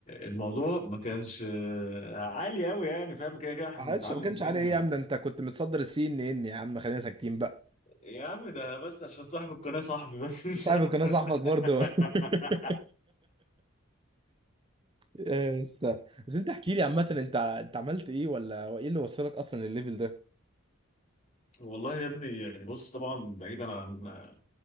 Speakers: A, on the left; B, on the right.
A: الموضوع ما كانش آه، عالي قوي يعني فاهم كده كده احنا
B: عادش
A: بنتعلم
B: ما كانش
A: منك
B: عليه ايه يا عم ده انت كنت متصدر السي ان ان يا عم خلينا ساكتين بقى
A: يا عم ده بس عشان صاحب القناه صاحبي بس مش
B: صاحبي
A: اكتر
B: كنا صاحبك برضه
A: <laughs>
B: <laughs> إيه بس بس انت احكي لي عامه انت انت عملت ايه ولا هو ايه اللي وصلك اصلا للليفل ده
A: والله يا ابني يعني بص طبعا بعيدا عن آه،